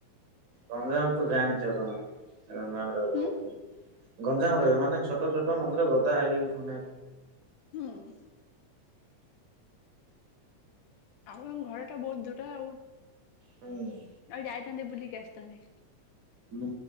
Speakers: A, on the right; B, on the left.
A: ରଞଜନ ତୁ ଜାଣିଛ ଚ ତମେ କ ଗାଁ ରେ
B: ହୁଁ
A: ବହୁ ଗଞ୍ଜାମ ରେ ମାନେ ଛୋଟ ଛୋଟ ମନ୍ଦିର ଗଦା ହେଇ ମାନେ
B: ହୁଁ। ଆଉ ଏ ଘର ତ ବୋହୁତ ଦୂର ଆଉ।
A: ହୁଁ।
B: ଆଉ ଯାଇଥାନ୍ତି ବୁଲିିକି ଆସିଥାନ୍ତି।
A: ହୁଁ